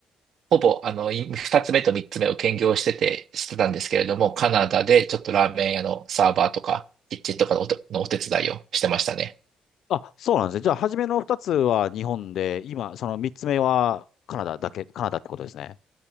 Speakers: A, on the right; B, on the left.
A: ほぼ、あの、い二つ目と三つ目を兼業してて、してたんですけれども、カナダでちょっとラーメン屋のサーバーとか、キッチンとかのお手、のお手伝いをしてましたね。
B: あ、そうなんですね。じゃあ、初めの二つは日本で、今、その三つ目はカナダだけ、カナダってことですね。